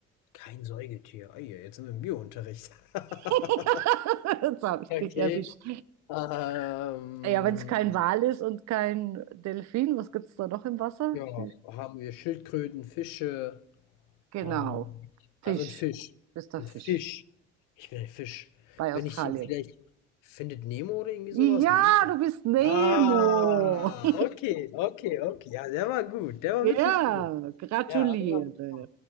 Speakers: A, on the left (about 70°); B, on the right (about 55°).
A: Kein Säugetier. Ei, jetzt sind wir im Biounterricht. <laughs>
B: <laughs> Jetzt habe ich
A: Okay.
B: dich erwischt.
A: Ähm,
B: Ja, wenn es kein Wal ist und kein Delfin, was gibt es da noch im Wasser?
A: ja,
B: Die-
A: haben wir Schildkröten, Fische,
B: Genau.
A: Ähm,
B: Fisch.
A: also ein Fisch.
B: Bist der
A: ein
B: Fisch.
A: Fisch. Ich bin ein Fisch.
B: Bei
A: Bin
B: Australien.
A: ich hier vielleicht Findet Nemo oder irgendwie
B: Ja,
A: sowas? Nemo?
B: du bist Nemo.
A: Ah,
B: <laughs>
A: okay, okay, okay. Ja, der war gut. Der war
B: Ja,
A: wirklich gut.
B: gratuliere.
A: Ja, der war